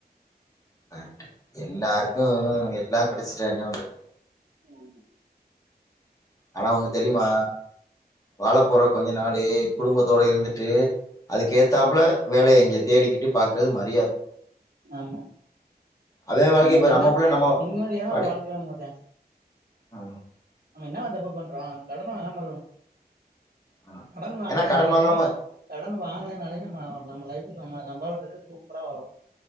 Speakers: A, on the left (about 20°); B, on the right (about 60°).
A: கரெக்டு எல்லாருக்கு எல்லா கடச்சிட்டா என்ன பண்றது
B: உம் ஹூ
A: ஆனா ஒண்ணு தெரியுமா வாழ போற கொஞ்ச நாளு குடும்பத்தோட இருந்துட்டு அதுக்கு ஏத்தாப்புல
B: ஆமா,
A: வேலைய இங்க தேடிக்கிட்டு பாக்குறது மரியாத
B: ஆமா
A: அதே வாழ்க்கைய
B: நிம்மதியானா
A: இப்ப நம்ம புள்ள நம்ம
B: நிம்மதியான
A: படி
B: ஒரு வாழ்க்கை <unintelligible>
A: ஆ
B: அவ என்னங்க தப்பு பண்றா கடன வாங்கருக்கறா
A: ஆ
B: கடன் வாங்களனாலே
A: ஏன்னா கடன் வாங்காம
B: கடன் வாங்கலேனாலே நம்ம நம்ம லைஃபுக்கு நம்ம சம்பளத்துக்கு சூப்பரா வரலா